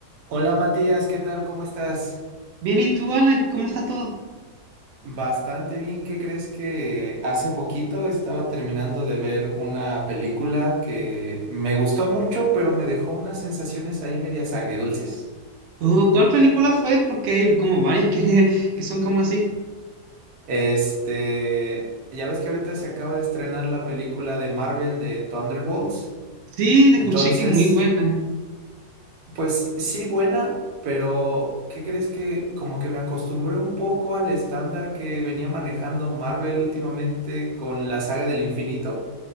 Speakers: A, on the right; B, on the right.
A: Hola Matías, ¿qué tal? ¿Cómo estás?
B: Bien, ¿y tú, Alan? ¿Cómo estás todo?
A: Bastante bien, ¿qué crees que hace poquito estaba terminando de ver una película que me gustó mucho, pero me dejó unas sensaciones ahí medias agridulces?
B: Oh, ¿cuál película fue? Porque hay como varias que, <laughs> que son como así.
A: Este, ya ves que ahorita se acaba de estrenar la película de Marvel de Thunderbolts.
B: Sí, te
A: Entonces,
B: escuché que muy buena.
A: pues sí, buena, pero ¿qué crees que como que me acostumbré un poco al estándar que venía manejando Marvel últimamente con la saga del infinito?